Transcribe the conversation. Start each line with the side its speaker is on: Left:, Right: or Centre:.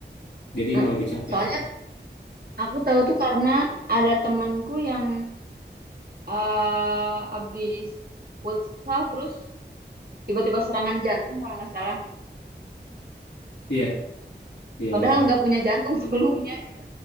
Left: Jadi
Right: Mm-mm.
Left: emang lebih capek
Right: Soalnya
Left: lah.
Right: aku tahu tuh karena ada temenku yang eh abis futsal terus tiba-tiba serangan jantung kalau nggak salah.
Left: Iya, iya
Right: Padahal
Left: betul.
Right: nggak punya jantung <laughs> sebelumnya gitu.